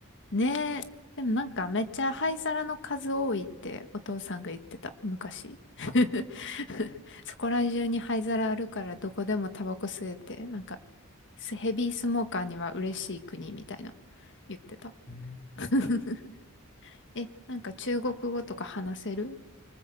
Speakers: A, on the left; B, on the left.
A: ねえ。でもなんかめっちゃ灰皿の数多いってお父さんが言ってた、昔。<laughs>
B: うん
A: そこら中に灰皿あるからどこでもタバコ吸えて、なんかスヘビースモーカーには嬉しい国みたいな言ってた。
B: うん
A: <laughs> え、なんか中国語とか話せる